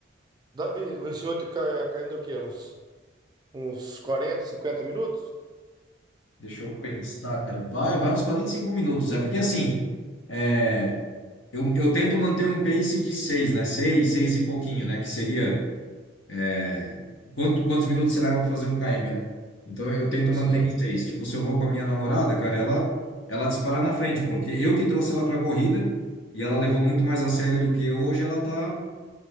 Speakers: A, on the right (about 20°); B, on the left (about 80°).
A: Dá, e esse outro ca- caindo é o quê? Uns, uns 40 50 minutos?
B: Deixa eu pensar, cara. Vai, vai uns 45 minutos. É porque assim, é, eu, eu tento manter um pace de 6 né? seis seis e pouquinho, né? Que seria é, quanto, quantos minutos você leva para fazer um km, né? Então eu tento manter
A: Sim.
B: em 6. Tipo, se eu vou com a minha namorada, cara, ela, ela dispara na frente, porque eu que trouxe ela para corrida e ela levou muito mais a sério do que eu. Hoje ela tá